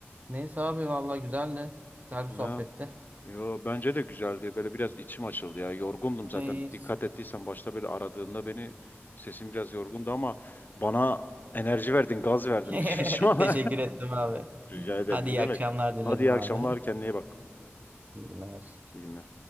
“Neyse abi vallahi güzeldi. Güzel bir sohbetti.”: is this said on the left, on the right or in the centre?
Right